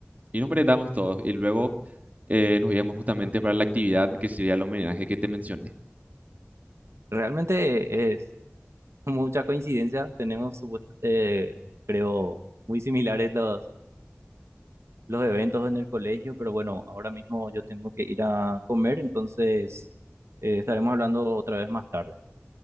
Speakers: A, on the right; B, on the right.
A: y nos merendamos todos. Y luego eh, nos íbamos justamente para la actividad que sería el homenaje que te mencioné.
B: Realmente es <laughs> mucha coincidencia, tenemos, supuest- eh, creo, muy similares los los eventos en el colegio, pero bueno, ahora mismo yo tengo que ir a comer, entonces eh, estaremos hablando otra vez más tarde.